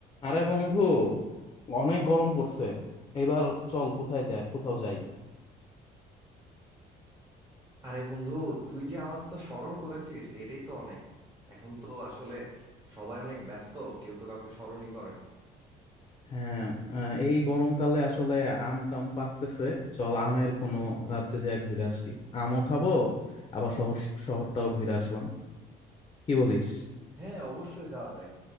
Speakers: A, on the left (about 25°); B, on the right (about 25°).
A: আরে বন্ধু অনেক গরম পড়ছে এবার চল কোথায় যায় কোথাও যাই
B: আরে বন্ধু তুই যে আমার কথা স্মরণ করেছিস এটাই তো অনেক এখন তো আসলে সবাই অনেক ব্যস্ত কেউ তো কাউকে স্মরণই করে না
A: হ্যাঁ আহ, এই গরমকালে আসলে আম টাম পাকতেছে চল আমের কোনো রাজ্যে যায় ঘুরে আসি আমও খাবো আবার শহর শহরটাও ঘুরে আসলাম কি বলিস
B: হ্যাঁ অবশ্যই যাওয়া যায়